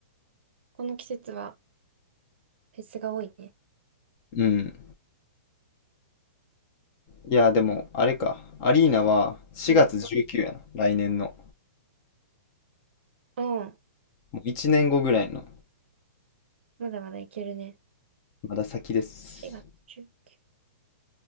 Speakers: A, on the right; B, on the left.
A: この季節はフェスが多いね。
B: うん。いや、でも、あれか。アリーナは4月19やな。
A: うん。
B: 来年の。
A: うん。
B: もう1年後ぐらいの。
A: まだまだいけるね。
B: まだ先です。
A: 4月19。